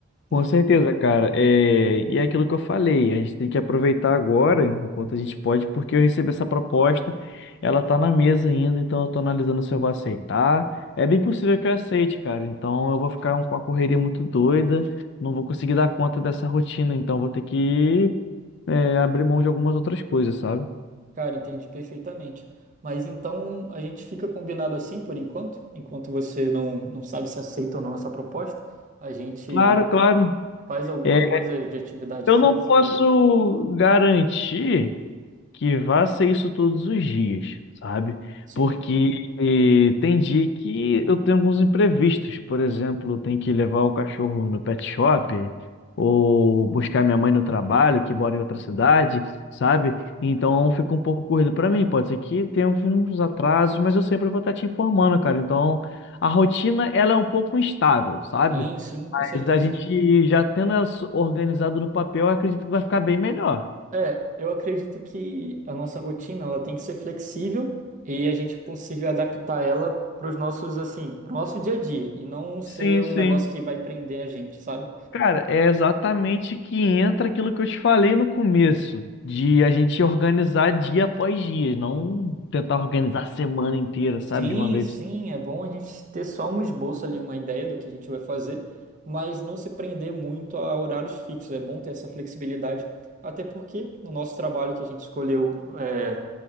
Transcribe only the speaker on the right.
né?
Cara, entendi perfeitamente. Mas então a gente fica combinado assim por enquanto, enquanto você não, não sabe se aceita ou não essa proposta, a gente
faz alguma
coisa de atividade
física
ali.
Sim,
sim, sim, com certeza.
É, eu acredito que a nossa rotina ela tem que ser flexível e a gente consiga adaptar ela para os nossos assim, para o nosso dia a dia e não ser
um
negócio que vai prender a gente, sabe?
Sim,
sim, é bom a gente ter só um esboço ali, uma ideia do que a gente vai fazer, mas não se prender muito a horários fixos. É bom ter essa flexibilidade, até porque no nosso trabalho que a gente escolheu é,